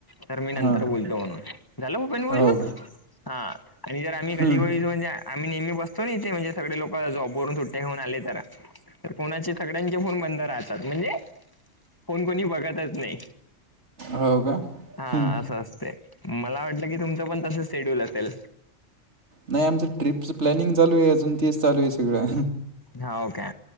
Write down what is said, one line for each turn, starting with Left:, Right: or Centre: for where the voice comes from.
Left: तर मी नंतर
Right: हां.
Left: बोलतो म्हणून झालं भूपेंद बहजन
Right: हो का?
Left: हा आणि जर आम्ही गलीबळीच
Right: हं.
Left: म्हणजे आम्ही नेहमी बतो ना इथे म्हणजे सगळे लोक जॉबवरून सुट्टेऊन आले तर कोणाचे सगळ्यांचे फोन बंद राहतात म्हणजे फोन कोणी बघत हरकत नाही
Right: हो का?
Left: असंच
Right: हं.
Left: असतं मला वाटलं की तुम्ही पण तस शेड्यूल असेल
Right: नाही आमचं ट्रिपचं प्लॅनिंग चालू आहे अजून तेच चालू आहे सगळं
Left: हा ओके